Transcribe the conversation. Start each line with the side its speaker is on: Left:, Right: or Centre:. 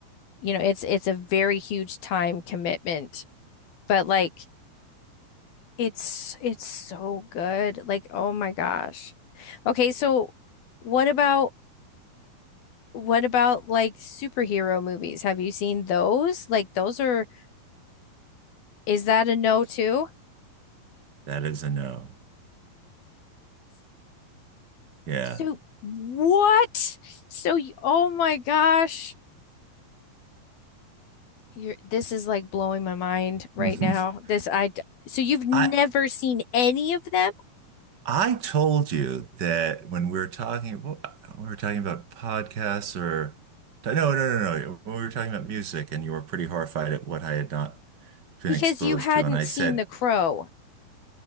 Left: You know, it's it's a very huge time commitment, but like it's it's so good. Like, oh my gosh. Okay, so what about what about like superhero movies? Have you seen those? Like those are is that a no too?
Right: That is a no. Yeah.
Left: So what? So you, oh my gosh. You're, this is like blowing my mind right
Right: <laughs>
Left: now. This I so you've never
Right: I
Left: seen any of them
Right: I told you that when we were talking, what we were talking about podcasts or no, no, no, no. When we were talking about music, and you were pretty horrified at what I had not been
Left: because
Right: exposed
Left: you hadn't
Right: to, and I
Left: seen
Right: said,
Left: The Crow.